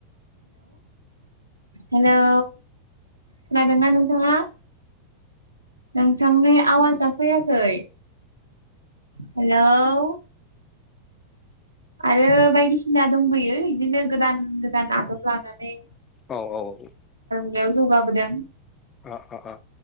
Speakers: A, on the right; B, on the left.
A: हेलौ खोनादोंना नोंथाङा नोंथांनि आवाजा फैयाखै हेलौ आरो बायदिसिना दंबोयो इदिनो गोदान गोदान आदब लानानै
B: औ औ
A: बेयाव जौगाबोदों
B: अ अ अ